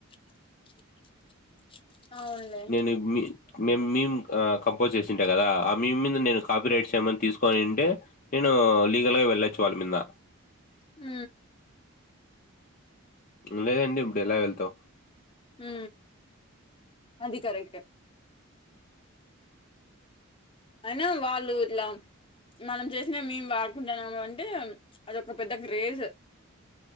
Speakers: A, on the left (about 25°); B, on the left (about 40°).
A: <inaudible> అవునులే.
B: నేను మీ మేం మీమ్ కంపోజ్ చేసింటా కదా ఆ మ మీమ్ మీద నేను కాపీ రైట్స్ ఏమన్నా తీసుకొని ఉంటే నేను లీగల్ గా వెళ్లొచ్చు వాళ్ల మీద
A: హ
B: లేదండి ఇప్పుడు ఎలా వెళ్తావు
A: హ అది కరెక్ట్ అయినా వాళ్ళు ఇట్లా మనం చేసిన మేము వాడుకుంటున్నాం అంటే అదొ ఒక పెద్ద క్రేజ్ <inaudible>